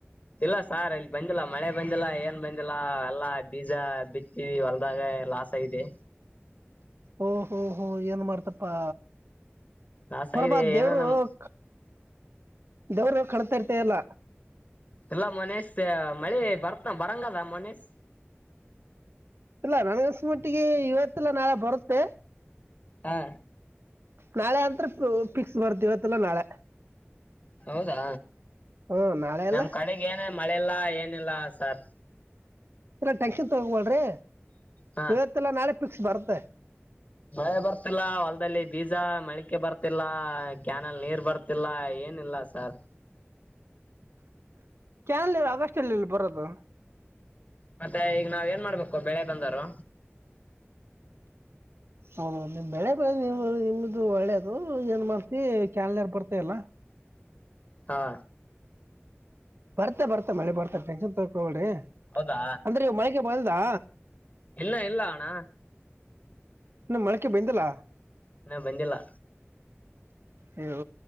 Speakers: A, on the left (about 35°); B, on the right (about 65°).
A: ಇಲ್ಲ ಸಾರ್ ಇಲ್ಲ ಬಂದಿಲ್ಲ ಮಳೆ ಬಂದಿಲ್ಲ ಏನ್ ಬಂದಿಲ್ಲ ಎಲ್ಲಾ ಬೀಜ ಬಿ ತಿ ಹೊಲ್ದಾಗ ಲಾಸ್ ಆಗಿದೆ.
B: ಓ ಹೋ ಹೋ ಏನ್ ಮಾಡ್ತಪ್ಪಾ.
A: ಲಾಸ್
B: ಪರಬತ್
A: ಆಗಿದೆ
B: ದೇವ್ರು
A: ಏನ ನಮ್
B: ಕ ದೇವ್ರು ಕಣ್ಣ್ ತೆಗೀತಾ ಇಲ್ಲ.
A: ಇಲ್ಲ ಮೋನೀಶ್ ಮಳಿ ಬರ್ತನ ಬರಂಗದ ಮೋನೀಶ್.
B: ಇಲ್ಲ ನನ್ಗಸಮಟ್ಟಿಗಿ ಇವತ್ತಿಲ್ಲ ನಾಳೆ ಬರುತ್ತೆ.
A: ಹಾ
B: ನಾಳೆ ಅಂತ್ರ ಪು ಫಿಕ್ಸ್ ಬರ್ತಿ ಇವತ್ತಿಲ್ಲ ನಾಳೆ.
A: ಹೌದಾ
B: ಹ್ಮ್ ನಾಳೆ
A: ನಮ್
B: ಎಲ್ಲ
A: ಕಡಿಗಿ ಏನ ಮಳೆಲ್ಲ ಏನಿಲ್ಲಾ ಸರ್.
B: ಟೆನ್ಷನ್ ತೊಗಬ್ಯಾಡ್ರಿ
A: ಹಾ
B: ಇವತ್ತಿಲ್ಲ ನಾಳೆ ಫಿಕ್ಸ್ ಬರತ್ತ.
A: ಮಳೆ ಬರ್ತಿಲ್ಲ ಹೊಲದಲ್ಲಿ ಬೀಜ ಮಳಿಕೆ ಬರ್ತಿಲ್ಲ ಕ್ಯಾನಲ್ ನೀರ್ ಬರ್ತಿಲ್ಲ ಏ ಏನಿಲ್ಲ ಸಾರ್.
B: ಕ್ಯಾನಲ್ ನೀರ್ ಆಗಸ್ಟ್ ಅಲ್ಲಿಲ್ಲಿ ಬರದು.
A: ಮತ್ತೆ ಈಗ ನಾವ್ ಏನ್ ಮಾಡ್ಬೇಕ. ಕೊ ಬೆಳೆ ತಂದರೋ
B: ಹೌದು ನಿಮ್ ಬೆಳೆ ನೀವು ನಿಮ್ದು ಒಳ್ಳೇದು ಏನ್ ಮಾಡ್ತಿ ಕ್ಯಾಲಯಾರ್ ಬರ್ತ ಇಲ್ಲ.
A: ಹಾ
B: ಮತ್ತೆ ಬರ್ತ ಮಳೆ ಬರ್ತ ಟೆನ್ಷನ್ ತೋಕ್ ಹೊಬ್ಯಾಡ್ರಿ
A: ಹೌದಾ
B: ಅಂದ್ರ ಈಗ ಮಳಿಕಿ ಬಂದಾ.
A: ಹಿನ್ನ ಇಲ್ಲ ಅಣ್ಣ.
B: ಹಿನ ಮಳಕೆ ಬಂದಿಲ್ಲ.
A: ಹಿನಾ ಬಂದಿಲ್ಲ.
B: ಅಯ್ಯೋ